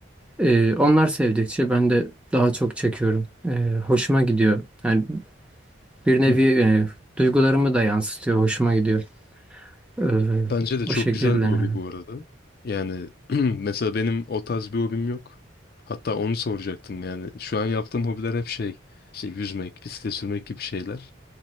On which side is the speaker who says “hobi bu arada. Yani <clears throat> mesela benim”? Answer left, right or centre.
Left